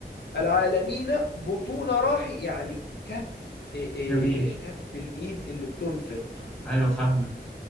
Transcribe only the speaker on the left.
العالمين بطون راحي يعني كف إيه إيه
كف الإيد اللي بتنفق